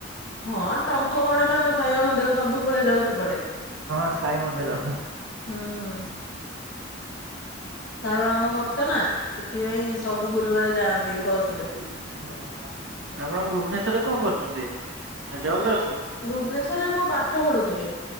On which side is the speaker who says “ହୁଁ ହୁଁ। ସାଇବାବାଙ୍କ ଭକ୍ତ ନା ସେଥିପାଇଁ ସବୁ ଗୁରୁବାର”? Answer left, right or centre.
Left